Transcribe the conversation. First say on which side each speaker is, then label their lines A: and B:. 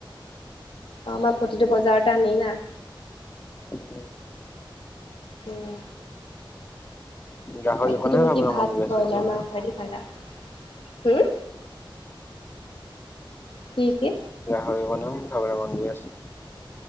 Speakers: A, on the left; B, on the left.
A: অমাৰ প্ৰতিটো বজাৰতে আনি না।
B: উম,
A: উম।
B: গাহৰি
A: বাকী
B: অকণহে
A: তুমি
B: খাবলৈ
A: কি ভাত
B: মন গৈ আছে
A: ব্ৰইলাৰ
B: দেই মোৰ।
A: মাংসইদি খালা হুম। কি কি?
B: গাহৰি অকণও খাবলে মন গৈ আছে।